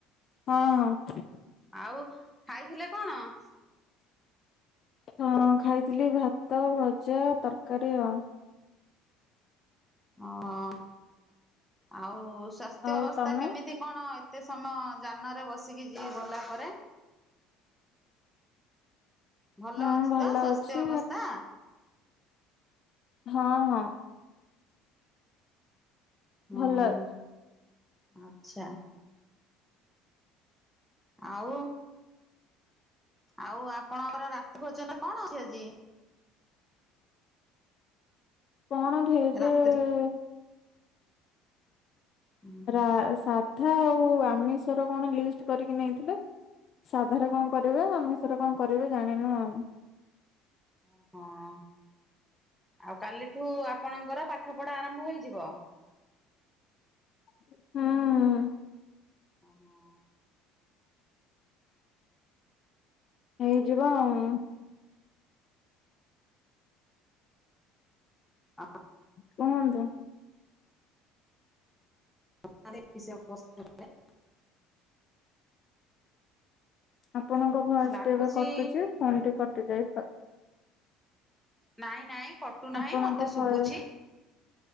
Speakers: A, on the left; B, in the centre.
A: ହଁ ହଁ ।
B: ଆଉ ଖାଇଥିଲେ କଣ ।
A: ହଁ ଖାଇଥିଲି ଭାତ ଭଜା ତରକାରୀ ଅଉ ।
B: ଅ ଆଉ ସ୍ୱାସ୍ଥ୍ୟ
A: ଆଉ
B: ଅବସ୍ଥା
A: ତମେ?
B: କେମିତି କଣ । ଏତେ ସମୟ ଯାନରେ ବସିକି ଯି ଗଲା ପରେ । ଭଲ
A: ହଁ
B: ଅଛି ତ ସ୍ୱାସ୍ଥ୍ୟ
A: ଅଛି
B: ଅବସ୍ଥା।
A: ହଁ ହଁ ।
B: ହଁ
A: ଭଲ ଅଛି
B: ଆଚ୍ଛା । ଆଉ । ଆଉ ଆପଣଙ୍କର ରାତି ଭୋଜନ କଣ ଅଛି ଆଜି ।
A: କଣ ଭେଜ
B: ରାତ୍ରି
A: ।
B: ଉହୁଁ
A: ରା ସାଧା ଆଉ ଆମିଷର କଣ ଲିଷ୍ଟ କରିକି ନେଇଥିଲେ । ସାଧାରେ କଣ କରିବେ ଆମିଷରେ କଣ କରିବେ ଜାଣିନୁ ଆଉ ।
B: ଅ ହଁ ।ଆଉ କାଲିଠୁ ଆପଣଙ୍କର ପାଠ ପଢା ଆରମ୍ଭ । ଆରମ୍ଭ ହେଇଯିବ ।
A: ହୁଁ ।
B: ଓଃ ହୋ।
A: ହେଇଯିବ ଆଉ।
B: <inaudible>
A: କୁହନ୍ତୁ।
B: <unintelligible>
A: ଆପଣଙ୍କ ଭଏସ
B: ଲାଗୁଛି
A: ଟି ଏବେ କଟୁଛି ଫୋନ ଟି କଟି ଯାଇ ପା
B: ନାଇଁ ନାଇଁ କଟୁ ନାହିଁ
A: ଆପଣଙ୍କ
B: ମତେ ଶୁଭୁଛି।
A: ଭୟ